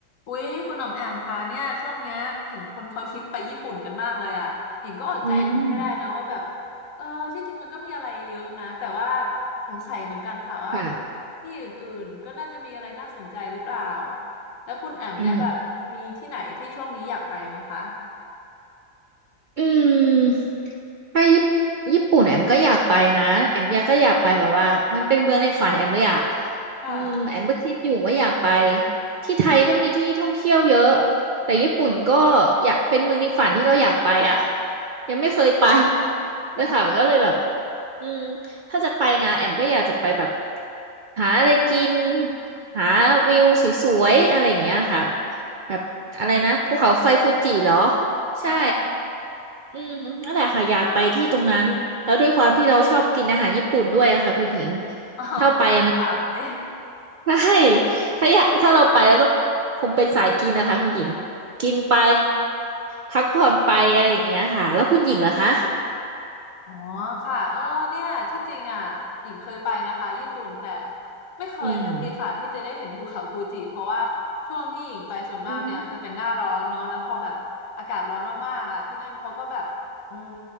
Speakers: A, on the left; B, on the right.
A: อุ๊ยคุณหน่อมแอมคะเนี่ยช่วงเนี้ยเห็นคนเขาคิดไปญี่ปุ่นกันมากเลยอ่ะหญิงก็อดใจไม่ได้นะว่าแบบ
B: อืม
A: เออที่จริงมันก็มีอะไรเยอะนะแต่ว่าสงสัยเหมือนกันค่ะว่าแบบที่อื่นๆก็น่าจะมีอะไรน่าสนใจหรือเปล่า
B: ค่ะ
A: แล้วคุณแอมเนี่ยแบบมีที่ไหนที่ช่วงนี้อยากไปไหมคะ
B: อืมอืมไปญี่ปุ่นญี่ปุ่นแอมก็อยากไปนะแอมอยากก็อยากไปแบบว่ามันเป็นเมืองในฝันแอมเลยอะ
A: ค่ะ
B: อืมแอมก็คิดอยู่ว่าอยากไปที่ไทยก็มีที่ท่องเที่ยวเยอะแต่ญี่ปุ่นก็อยากเป็นเมืองในฝันที่เราอยากไปอะยังไม่เคยไป <laughs> เลยค่ะมันก็เลยแบบ
A: อืม
B: อืมถ้าจะไปนะแอมก็อยากจะไปแบบ หาอะไรกินหาวิวสวยๆอะไรอย่างเงี้ยค่ะแบบอะไรนะภูเขาไฟฟูจิเหรอใช่
A: ค่ะ
B: อืมนั่นแหละค่ะอยากไปที่ตรงนั้นแล้วด้วยความที่เราชอบกินอาหารญี่ปุ่นด้วยอะค่ะคุณหญิง
A: <laughs> อ๋อกำลังจะถามเลย
B: ถ้าไปอะมันจะ <laughs> ใช่ถ้าอยากถ้าเราไปแล้วก็คงเป็นสายกินนะคะคุณหญิงกินไปพักผ่อนไปอะไรอย่างเงี้ยค่ะแล้วคุณหญิงล่ะคะ
A: อ๋อค่ะเออเนี่ยที่จริงอ่ะหญิงเคยไปนะคะญี่ปุ่นแต่ไม่เคยสักทีค่ะที่จะได้เห็นภูเขาฟูจิเพราะว่าช่วงที่หญิงไปส่วนมากเนี่ยจะเป็นหน้าร้อนเนาะแล้วพอแบบอากาศร้อนมากๆอ่ะที่นั่นเขาก็แบบอืม
B: อืมอืม